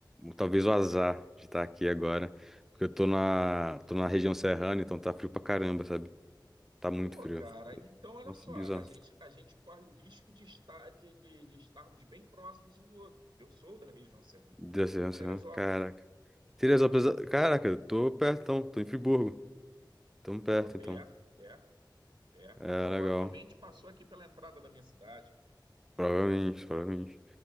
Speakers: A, in the centre; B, on the right.
A: talvez o azar de estar aqui agora, porque eu tô na, tô na região serrana, então tá frio pra caramba, sabe? Tá muito
B: Pô,
A: frio.
B: cara, então olha
A: Nossa,
B: só,
A: bizarro.
B: a gente, a gente corre o risco de estar, de, de, de estarmos bem próximos um do outro, porque eu sou da região serrana,
A: Da região
B: tô em
A: serrana,
B: Teresópolis.
A: caraca. Teresópolis, caraca, eu tô perto, então, tô em Friburgo. Tamo perto,
B: Pô, perto,
A: então.
B: perto, perto.
A: É,
B: Provavelmente
A: legal.
B: passou aqui pela entrada da minha cidade.
A: Provavelmente, provavelmente.